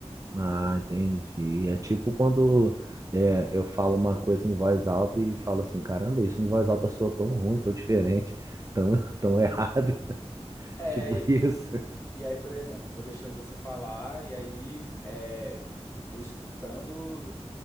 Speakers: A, on the right; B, on the left.
A: Ah, entendi. É tipo quando é, eu falo uma coisa em voz alta e falo assim, caramba, isso em voz alta soa tão ruim, tão diferente, tão, <laughs> tão errado. <laughs>
B: É,
A: Tipo
B: e,
A: isso.
B: <laughs> e aí, por exemplo, vou deixando você falar, e aí é, eu vou escutando,